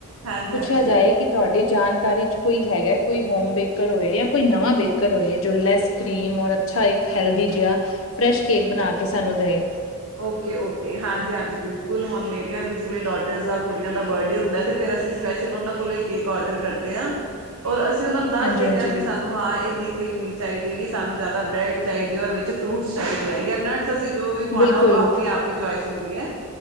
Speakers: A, on the right; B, on the left.
A: ਹਾਂਜੀ
B: ਪੁੱਛਿਆ
A: ਹਾਂਜੀ
B: ਜਾਏ ਕਿ ਤੁਹਾਡੀ ਜਾਨ ਕਾਰੀ ਚ ਕੋਈ ਹੈਗਾ, ਕੋਈ ਹੋਮ ਬੇਕਰ ਹੋਏ ਜਾਂ ਕੋਈ ਨਵਾਂ ਬੇਕਰ ਹੋਏ ਜੋ ਲੈਸ ਕਰੀਮ ਔਰ ਅੱਛਾ ਇੱਕ ਹੈਲਦੀ ਜਿਹਾ ਫਰੈਸ਼ ਕੇਕ ਬਣਾ ਕੇ ਸਾਨੂੰ ਦੇਏ।
A: ਓਕੇ ਓਕੇ, ਹਾਂਜੀ-ਹਾਂਜੀ, ਬਿਲਕੁਲ ਹੁਣ ਮੇਰੀਆਂ ਵੀ ਜਿਵੇਂ ਡੋਟਰਸ ਦਾ ਕੁੜੀਆਂ ਦਾ ਬਰਡੇ ਹੁੰਦਾ ਤੇ ਫਿਰ ਅਸੀਂ ਸਪੈਸ਼ਲ ਉਹਨਾਂ ਕੋਲੋਂ ਹੀ ਕੇਕ ਔਡਰ ਕਰਦੇ ਹਾਂ ਔਰ ਅਸੀਂ ਅਸੀਂ ਉਹਨਾਂ ਨੂੰ ਦੱਸ
B: ਹਾਂਜੀ
A: ਦਿੰਦੇ
B: ਹਾਂਜੀ
A: ਹਾਂ ਵੀ ਸਾਨੂੰ ਹਾਂ ਇੰਨੀ ਕਰੀਮ ਨੀ ਚਾਹੀਦੀ ਕਿ ਸਾਨੂੰ ਜ਼ਿਆਦਾ ਬ੍ਰੈਡ ਚਾਹੀਦੀ ਹੈ, ਵਿੱਚ ਫਰੂਟਸ ਚਾਹੀਦੇ ਆ ਜਾਂ ਨਟਸ ਅਸੀਂ ਜੋ ਪਾਣਾ
B: ਬਿਲਕੁਲ
A: ਉਹ ਆਪਣੀ ਆਪ ਦੀ ਚੁਇਸ ਹੁੰਦੀ ਹੈ।